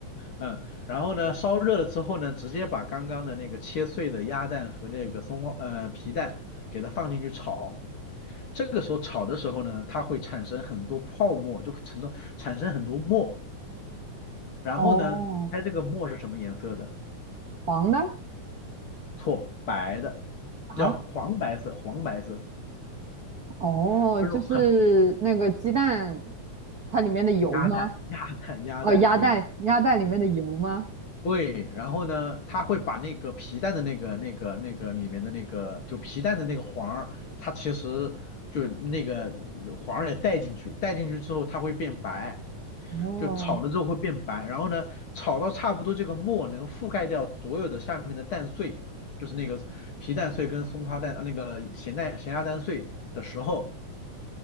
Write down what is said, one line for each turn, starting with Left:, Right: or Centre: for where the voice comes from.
Left: 嗯，然后呢，烧热了之后呢，直接把刚刚的那个切碎的鸭蛋和那个松花呃皮蛋给它放进去炒。这个时候炒的时候呢，它会产生很多泡沫，就会产生产生很多沫。然后呢，
Right: 哦，
Left: 猜这个沫是什么颜色的？
Right: 黄的
Left: 错，白的，
Right: 啊。
Left: 叫黄白色，黄白色，
Right: 哦，
Left: 就是那种很
Right: 就是那个鸡蛋，它里面的油吗？
Left: 鸭蛋，鸭蛋，鸭蛋，
Right: 哦，鸭蛋，
Left: 对。
Right: 鸭蛋里面的油吗？
Left: 对，然后呢，它会把那个皮蛋的那个、那个、那个里面的那个，就皮蛋的那个黄儿，它其实就那个黄儿也带进去，带进去之后它会变白，
Right: 哦，
Left: 就炒了之后会变白，然后呢，炒到差不多这个沫能覆盖掉所有的下面的蛋碎，就是那个皮蛋碎跟松花蛋、呃那个咸蛋、咸鸭蛋碎的时候，